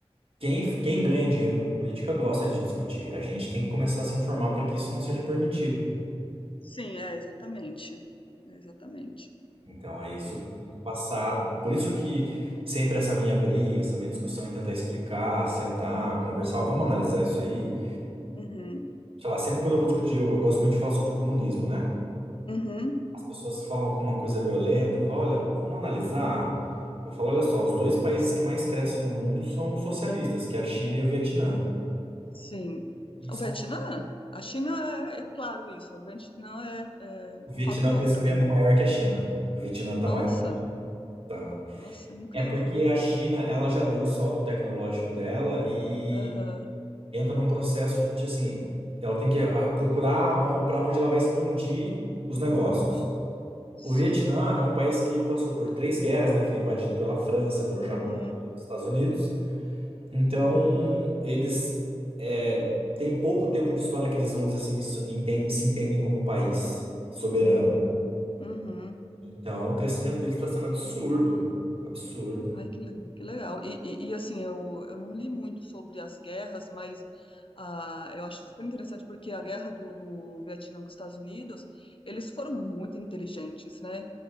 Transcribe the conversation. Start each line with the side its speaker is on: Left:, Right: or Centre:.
Right: quem, quem ganha dinheiro com política gosta de discutir. A gente tem que começar a se informar para que isso não seja permitido.
Left: sim, é, exatamente. É, exatamente.
Right: Então, é isso que eu tento passar. Por isso que sempre essa minha briga, essa minha discussão em tentar explicar, sentar, conversar, ó, vamos analisar isso aí.
Left: Uhum,
Right: Sei lá, sempre quando eu vou discutir, eu, eu gosto muito de falar sobre o comunismo, né?
Left: uhum.
Right: As pessoas falam com uma coisa violenta, falam, olha, vamos analisar. Eu falo, olha só, os dois países que mais crescem no mundo são os socialistas, que é a China e o Vietnã.
Left: Sim.
Right: E
Left: O
Right: são...
Left: Vietnã? A China é, é claro isso. O Vietnã é, é
Right: O Vietnã,
Left: um fato novo
Right: o crescimento
Left: para mim.
Right: é maior que a China. O Vietnã está
Left: Nossa,
Right: maior que tá.
Left: nossa, incrível.
Right: É porque a China, ela já deu o salto tecnológico dela e
Left: Aham.
Right: entra num processo de, assim, ela tem que ah, procurar para onde ela vai expandir os negócios.
Left: Uhum. Sim.
Right: O Vietnã é um país que passou por três guerras, né? Foi invadido pela França, pelo
Left: Uhum.
Right: Japão e pelos Estados Unidos. Então,
Left: Uhum.
Right: eles é, têm pouco tempo de história que eles vão dizer assim, isso- entendem- se entendem como país soberano.
Left: Hum. Uhum.
Right: Então, o crescimento deles está sendo absurdo, absurdo.
Left: Ai, que, le- que legal. E, e- e, assim, eu, eu não li muito sobre as guerras, mas ah, eu acho super interessante porque a guerra do, do Vietnã com os Estados Unidos, eles foram muito inteligentes, né?